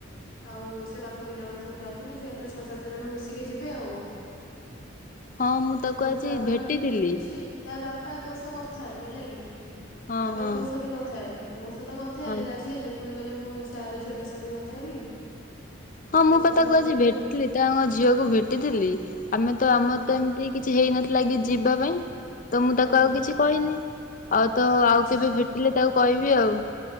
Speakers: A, on the left; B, on the left.
A: ଆଉ ସେ ପାଖ ପିଲା ଗୁଡେ ସବୁ ଯାଉଛନ୍ତି ଝିଅ ପିଲା ଛଅ ସାତ ଜଣ ମିଶିକି ଯିବେ ଆଉ।
B: ହଁ ମୁଁ ତାକୁ
A: ସେଦିନ
B: ଆଜି
A: ତ ବାପା
B: ଭେଟିଥିଲି
A: କହିଲ ମୁ ଠିକ ଅଛି ତା ବାପା ତାପ ତୋଷ କଥା ହେବ ହେଲା କିି
B: ହଁ
A: ତାପ
B: ହଁ
A: ତୋଷ ବି କଥା ହେବ। ମୋ ସହିତ କଥା ହେଲେ
B: ହଁ।
A: ରାଜି ହେଲେ ପୁଣି କହିଲେ ମୁଁ ସାର ଝିଅଟା ସ ବି କଥା ହେବି।
B: ହଁ ମୁଁ
A: ତୋ ସହ
B: ପା
A: ବି
B: ତାକୁ
A: କଥା
B: ଆଜି
A: ହେବେ
B: ଭେଟିଥିଲି
A: ଆଉ
B: ତାଙ୍କ ଝିଅକୁ ଭେଟିଥିଲି ଆମେ ତ ଆମର
A: ହଁ
B: ତ ଏମିତି କିଛି ହେଇନଥିଲା କି ଯିବା ପାଇଁ। ତ ମୁଁ
A: ହଁ
B: ତାକୁ ଆଉ କିଛି କହିନି ଆଉ ତ ଆଉ
A: ଆଚ୍ଛା
B: କେବେ ଫେଟିଲେ ତାକୁ କହିବି ଆଉ।